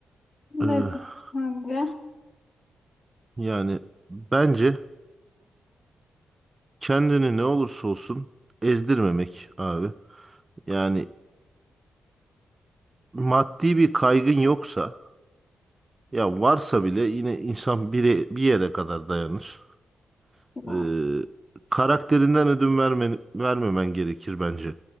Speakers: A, on the right; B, on the left.
A: ee,
B: Ne sence?
A: yani bence kendini ne olursa olsun ezdirmemek abi. Yani maddi bir kaygın yoksa ya varsa bile yine insan bir, bir yere kadar dayanır.
B: Ya.
A: e, karakterinden ödün verme, vermemen gerekir bence.